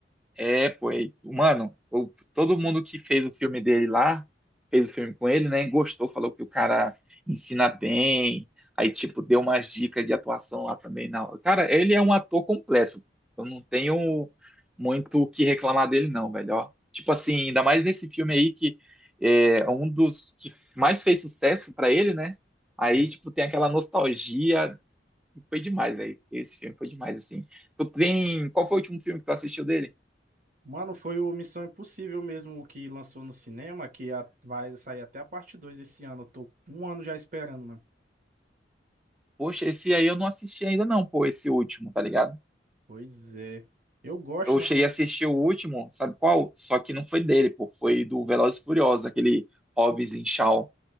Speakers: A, in the centre; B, on the right.
A: É, pô, e, mano, o- todo mundo que fez o filme dele lá, fez o filme com ele, né, gostou, falou que o cara ensina bem, aí, tipo, deu umas dicas de atuação lá também. Não, cara, ele é um ator completo, eu não tenho muito o que reclamar dele, não, velho, ó. Tipo assim, ainda mais nesse filme aí que é é um dos que mais fez sucesso pra ele, né, aí,
B: É.
A: tipo, tem aquela nostalgia, foi demais, velho, esse filme foi demais, assim. Tu tem, qual foi o último filme que tu assistiu dele?
B: Mano, foi o Missão Impossível mesmo o que lançou no cinema, que a- vai sair até a parte 2 esse ano. Eu tô um ano já esperando, mano.
A: Poxa, esse aí eu não assisti ainda não, pô, esse último, tá ligado?
B: Pois é. Eu gosto,
A: Eu
B: mano,
A: cheguei
B: apesar...
A: a assistir o último, sabe qual? Só que não foi dele, pô, foi do Velozes e Furiosos, aquele Hobbs em Shaw.